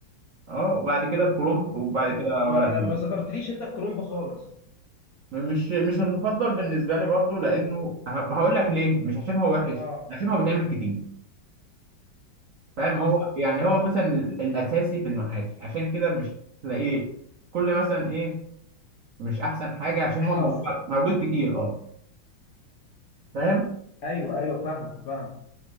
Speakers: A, on the right (about 70°); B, on the left (about 70°).
A: اه وبعد كده الكرنب وبعد
B: حلو
A: كده
B: ما
A: ورق العنب
B: ما ذكرتليش انت الكرنب خالص
A: مش مش المفضل بالنسبه لي برضو لانه
B: يعني
A: ه- هقول لك ليه مش عشان هو وحش
B: اه
A: عشان هو بيتعمل كتير فاهم
B: حصل
A: هو يعني هو
B: حصل
A: مثلا ال- الاساسي في المحاشي عشان كده مش تلاقيه كل مثلا ايه مش احسن حاجه عشان
B: <laughs> حصل
A: هو موجود موجود كتير اه فاهم
B: ايوه ايوه فاهم فاهم